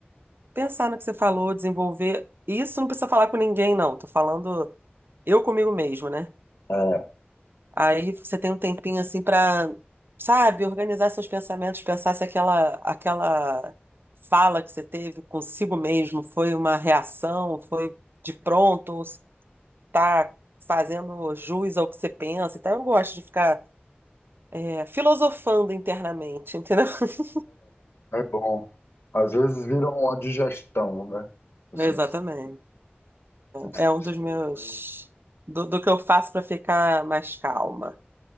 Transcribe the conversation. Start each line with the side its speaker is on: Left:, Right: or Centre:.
Right: pensar no que você falou, desenvolver. Isso não precisa falar com ninguém, não. Tô falando eu comigo mesmo, né?
Left: é,
Right: Aí você tem um tempinho assim pra, sabe, organizar seus pensamentos, pensar se aquela aquela fala que você teve consigo mesmo foi uma reação, foi de pronto, ou se tá fazendo jus ao que você pensa. Então eu gosto de ficar é, filosofando internamente, entendeu? <laughs>
Left: é bom. Às vezes vira uma digestão, né? Você
Right: Exatamente.
Left: precisa, você precisa
Right: É, é
Left: absorver,
Right: um dos meus do, do que eu faço pra ficar mais calma.